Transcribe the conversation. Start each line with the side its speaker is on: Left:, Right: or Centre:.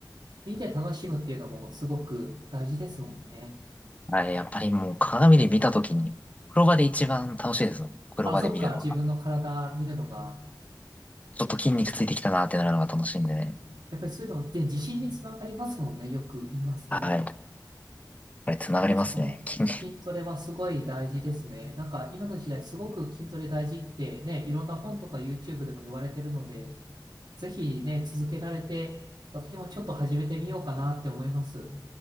Right: 見て楽しむっていうのもすごく大事ですもんね。
Left: はい、やっぱりもう鏡で見たときに、風呂場で一番楽しいです。風呂場で見るのは。
Right: あ、そっか、自分の体見るのが、
Left: ちょっと筋肉ついてきたなってなるのが楽しいんでね。
Right: やっぱりそういうのって自信につながりますもんね。よく言いますけど。
Left: はい。これ繋がりますね。
Right: やっぱりその筋トレはすごい大事ですね。
Left: 筋
Right: なんか今の時代すごく筋トレ大事ってね、いろんな本とか YouTube でも言われてるので、ぜひね、続けられて、私もちょっと始めてみようかなって思います。